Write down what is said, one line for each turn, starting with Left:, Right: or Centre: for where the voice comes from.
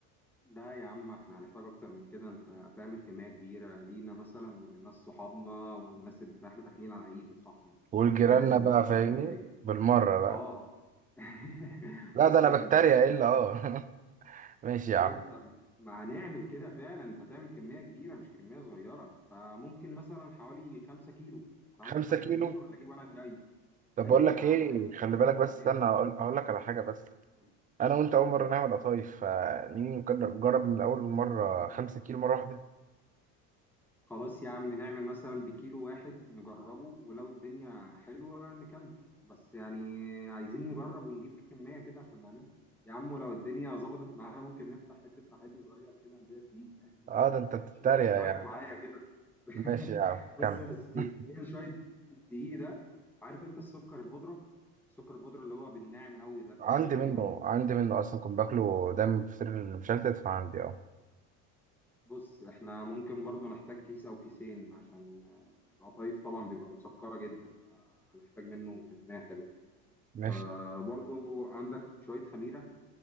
Centre: لا يا عم احنا هنحتاج اكتر من كده انت هتعمل كميه كبيره لينا مثلا وللناس صحابنا والناس اللي بتاع احنا داخلين على عيد يا صاحبي
Right: والجيراننا
Centre: لازم نجيب
Right: بقى فاهمني
Centre: كميه
Right: بالمرة بقى
Centre: اه <laughs>
Right: لا
Centre: بص
Right: ده أنا
Centre: يا سيدي
Right: بتريق إيه إلا أه <laughs> ماشي يا عم
Centre: انت ما هنعمل كده فعلا انت هتعمل كميه كبيره مش كميه صغيره فممكن مثلا حوالي 5 كيلو انت عندك
Right: خمسة
Centre: 5
Right: كيلو
Centre: كيلو ولا اجيب وانا جاي
Right: طب
Centre: ايوه
Right: بقول لك
Centre: يا عم
Right: إيه
Centre: احنا
Right: خلي
Centre: هنعمل
Right: بالك بس
Centre: كميه
Right: استنى
Centre: حلوه
Right: هقول هقول لك على حاجة بس
Centre: قول
Right: أنا وأنت أول
Centre: قول
Right: مرة
Centre: لي
Right: نعمل قطايف فنيجي نجر- نجرب من أول مرة خمسة كيلو مرة واحدة
Centre: خلاص يا عم نعمل مثلا بكيلو واحد نجربه ولو الدنيا حلوه نكمل بس يعني عايزين نجرب ونجيب كميه كده عشان نعملها يا عم ولو الدنيا ظبطت معانا ممكن نفتح حته تحالي صغير كده نبيع فيه يعني
Right: أه
Centre: <laughs>
Right: ده أنت بتتريق
Centre: مش رايك
Right: يعني
Centre: معايا كده <laughs>
Right: ماشي يا عم
Centre: بص
Right: كمل
Centre: يا سيدي
Right: <laughs>
Centre: هي شويه الدقيق ده عارف انت السكر البودره السكر البودره اللي هو بالناعم قوي ده
Right: عندي
Centre: لازم
Right: منه
Centre: يبقى موجود
Right: عندي منه أصلا كنت باكله دايما في الفطير المشلتت فعندي أه
Centre: بص احنا ممكن برضو نحتاج كيس او كيسين عشان آه، القطايف طبعا بيبقى مسكرة جدا فهنحتاج منه كمية حلوة
Right: ماشي
Centre: آه برضو عندك شوية خميرة